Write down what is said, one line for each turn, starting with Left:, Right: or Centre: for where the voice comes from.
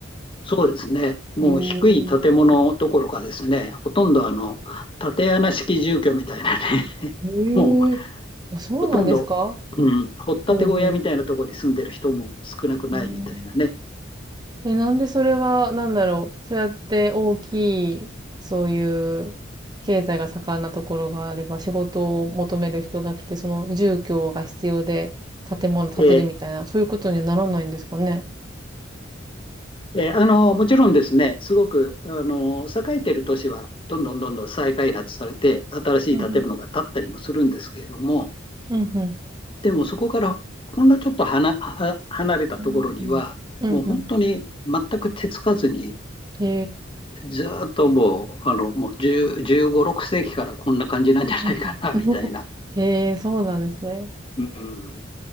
Left: そうですね。もう低い建物どころかですね、
Right: へえ。
Left: ほとんどあの、縦穴式住居みたいなね、
Right: へえ。
Left: <laughs> もう
Right: あ、そうなんですか
Left: ほとんど、うん、掘ったて小屋みたいなところに住んでる人も少なくないみたいなね。
Right: ほうほう。うんえ、なんでそれは、なんだろう。そうやって大きい、そういう経済が盛んなところがあれば、仕事を求める人が来て、その住居が必要で建物建てるみたいな、
Left: えー
Right: そういうことにはならないんですかね。
Left: えーあのもちろんですね、すごくあの栄えてる都市はどんどんどんどん再開発されて、新しい建物が建ったりもするんですけれども、
Right: うんうん。うんうん。
Left: でもそこからほんのちょっとはなは離れたところには、
Right: あーなるほど。うんうん。
Left: もう本当に全く手つかずに、
Right: へえ
Left: ずーっともう、あの、もう10、15、6世紀からこんな感じなんじゃないかな、
Right: うんうん。
Left: みたいな、
Right: <laughs> え。へえ、そうなんですね。
Left: うん、